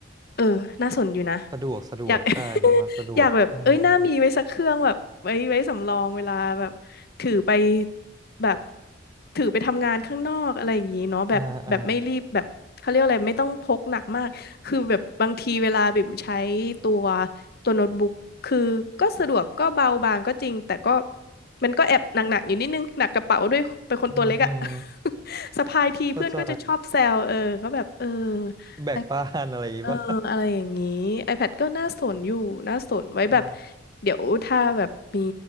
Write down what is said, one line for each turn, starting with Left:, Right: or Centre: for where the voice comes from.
Left: เออน่าสนอยู่นะ
Right: สะดวกสะดวกใช่มันมันสะดวกอืม
Left: อยาก <laughs> อยากแบบเอ้ยน่ามีไว้สักเครื่องแบบไว้ไว้สำรองเวลาแบบถือไปแบบถือไปทำงานข้างนอกอะไรอย่างนี้เนาะแบบแบบไม่รีบแบบเขาเรียกอะไรไม่ต้องพกหนักมากคือแบบบางทีเวลาบิ่มใช้ตัว
Right: อ่าอ่า
Left: ตัวโน้ตบุ๊กคือก็สะดวกก็เบาบางก็จริงแต่ก็ มันก็แอบหนักๆอยู่นิดนึงหนักกระเป๋าด้วยเป็นคนตัวเล็กอะ
Right: อืมอืม
Left: <laughs> สะพายทีเพื่อนก็จะชอบแซวเออก็แบบเออ
Right: เข้าใจแบกบ้านอะไรอย่างงี้
Left: iPad เอออะไรอย่างนี้
Right: <laughs> ป่ะ
Left: iPad ก็น่าสนอยู่น่าสนไว้แบบ
Right: ใช่
Left: เดี๋ยวถ้าแบบมี